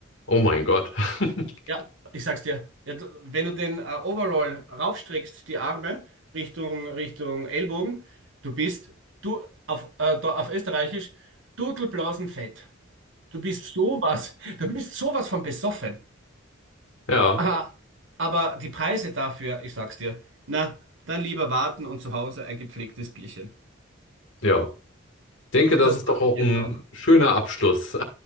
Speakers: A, on the left; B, on the right.
A: Oh mein Gott. <laughs>
B: Ja, ich sag's dir. Ja, du, wenn du den äh, Overall raufstreckst, die Arme Richtung, Richtung Ellbogen, du bist, du, auf, äh, da, auf Österreichisch, Dudelblasenfett. Du bist sowas, <laughs> du bist sowas von besoffen.
A: Ja,
B: Aha, aber die Preise dafür, ich sag's dir, na, dann lieber warten und zu Hause ein gepflegtes Bierchen.
A: ja. Ich denke,
B: Und
A: das
B: das
A: ist
B: mache
A: doch auch
B: ich jetzt
A: ein
B: auch.
A: schöner Abschluss. <laughs>